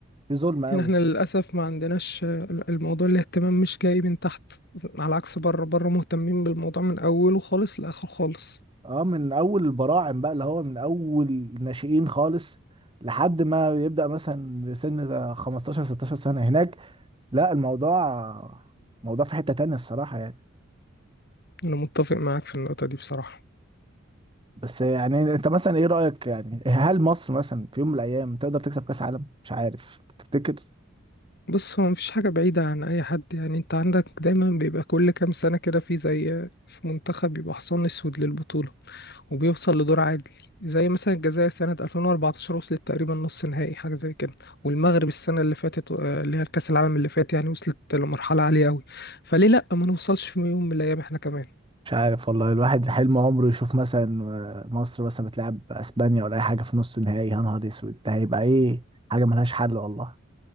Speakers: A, on the right; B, on the left.
A: في ظلم قوي
B: هنا احنا للأسف ما عندناش الموضوع الاهتمام مش جاي من تحت على عكس بره بره مهتمين بالموضوع من أوله خالص لآخر خالص
A: اه من اول البراعم بقى اللي هو من اول الناشئين خالص لحد ما يبدأ مثلا سن ده 15 16 سنة هناك لا الموضوع موضوع في حتة تانية الصراحة يعني
B: أنا متفق معاك في النقطة دي بصراحة
A: بس يعني انت مثلا ايه رأيك يعني هل مصر مثلا في يوم من الايام تقدر تكسب كأس عالم مش عارف تفتكر
B: بص هو مفيش حاجة بعيدة عن أي حد يعني أنت عندك دايما بيبقى كل كام سنة كده في زي في منتخب بيبقى حصان أسود للبطولة وبيوصل لدور عادل زي مثلا الجزائر سنة 2014 وصلت تقريبا نص نهائي حاجة زي كده والمغرب السنة اللي فاتت آه، اللي هي الكأس العالم اللي فات يعني وصلت لمرحلة عالية أوي فليه لأ ما نوصلش في يوم من الأيام إحنا كمان
A: مش عارف والله الواحد حلم عمره يشوف مثلا مصر مثلا بتلعب اسبانيا ولا اي حاجة في نص النهائي يا نهار اسود ده هيبقى ايه حاجة ملهاش حل والله